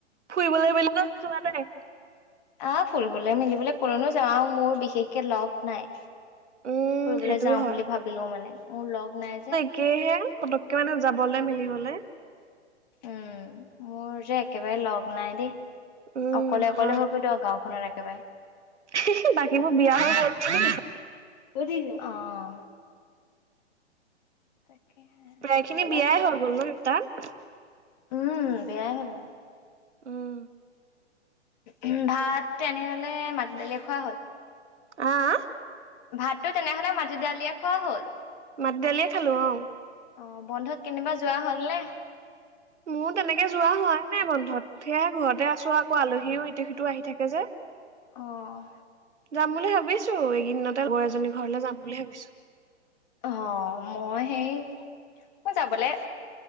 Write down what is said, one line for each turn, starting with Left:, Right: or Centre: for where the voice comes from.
Right: ফুৰিবলৈ বেলিকা যোৱা নাই।
Left: আহ ফুৰিবলৈ মেলিবলৈ কলৈনো যাও মোৰ বিশেষকে লগ নাই।
Right: উম
Left: ফুৰিবলৈ
Right: সেইটোও
Left: যাও
Right: হয়
Left: বুলি ভাবিলো মানে মোৰ লগ নাই যে।
Right: সেয়েহে পটকে মানে যাবলে মিলিবলে
Left: উমঁ মোৰ যে একেবাৰে লগ নাই দেই
Right: উম
Left: অকলে
Right: হয়
Left: অকলে হৈ ফুৰিল আৰু গাঁওখনত একেবাৰে।
Right: হাহি বাকীবোৰ বিয়া হৈ গ'ল।
Left: সুদিছো অঁ! তাকেহে।
Right: প্ৰায় খিনি বিয়াই হৈ গ'ল ন তাত।
Left: উমঁ বিয়াই হ'ল।
Right: উম
Left: উঁহো ভাত তেনেহলে মাটি দালি খোৱা হ'ল।
Right: আ আ!
Left: ভাতটো তেনেহ'লে মাটি দালিয়ে খোৱা হ'ল।
Right: মাতি দালিয়ে খালো অঁ।
Left: অঁ বন্ধত কেনিবা যোৱা হ'ল নে?
Right: মোৰ তেনেকে যোৱা হোৱাই নাই বন্ধত। সেয়া ঘৰতে আছো আকৌ আলহীও ইতো সিটোও আহি থাকে যে।
Left: অ'।
Right: যাম বুলি ভাবিছো এইকেইদতে লগৰ এজনী ঘৰলে যাম বুলি ভাবিছো।
Left: অঁ মই সেই মই যাবলে